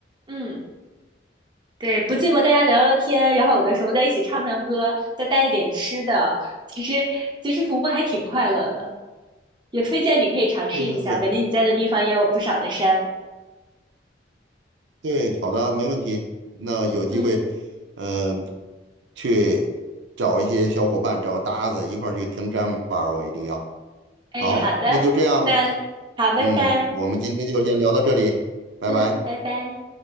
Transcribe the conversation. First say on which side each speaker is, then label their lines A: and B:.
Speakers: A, on the right (about 25°); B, on the right (about 80°).
A: 嗯，对，不寂寞，大家聊聊天，然后有的时候在一起唱唱歌，再带一点吃的，其实其实徒步还挺快乐的，也推荐你可以尝试一下。
B: 对对对
A: 我感觉你在的地方也有不少的山。
B: 对，好的，没问题。那有机会，
A: 嗯
B: 嗯、去找一些小伙伴，找个搭子一块儿去登山玩儿，我一定要。
A: 哎，
B: 好，
A: 好的，
B: 那就这样，
A: 那好，拜拜，
B: 嗯，我们今天就先聊到这里，拜拜。
A: 嗯，拜拜。